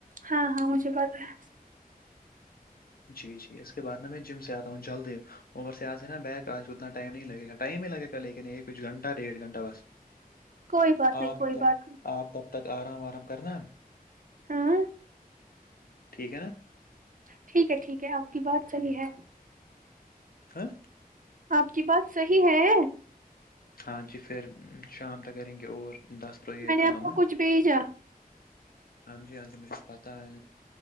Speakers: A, on the right; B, on the left.
A: ہاں ہاں مجھے پتا ہے
B: جی جی اس کے بعد ن میں جم سے آتا ہوں جلد ہی اور سے آج نا بیک آج اتنا ٹائم نہیں لگے گا ٹائم ہی لگے گا لیکن ایک کچھ گھنٹہ ڈیڑھ گھنٹہ بس
A: کوئی بات نہیں
B: آپ
A: کوئی بات نہیں
B: آپ تب تک آام وارام کرنا
A: ہاں
B: ٹھیک ہے نا
A: ٹھیک ہے ٹھیک ہے آپ کی بات صحیح ہے
B: ہاں
A: آپ کی بات صحیح ہے
B: ہاں جی پھر شام تک کریں گے اور دس پرو یہ
A: میں نے
B: کام
A: آپ کو
B: ہے
A: کچھ بھیجا
B: ہاں جی ہاں جی مجھے پتا ہے